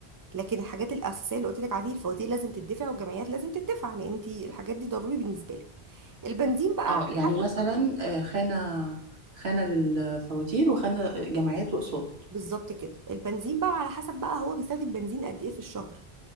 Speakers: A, on the right; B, on the right.
A: لكن الحاجات الاساسيه اللي قلت لك عليه الفواتير لازم تدفع والجمعيات لازم تدفع لان انت الحاجات دي ضروري بالنسبه لك البنزين بقى
B: اه
A: على
B: يعني
A: حسب
B: مثلا آه، خانة خانة للفواتير وخانة آه، جمعيات واقساط
A: بالظبط كده البنزين بقى على حسب بقى هو بيستخدم بنزين قد ايه في الشهر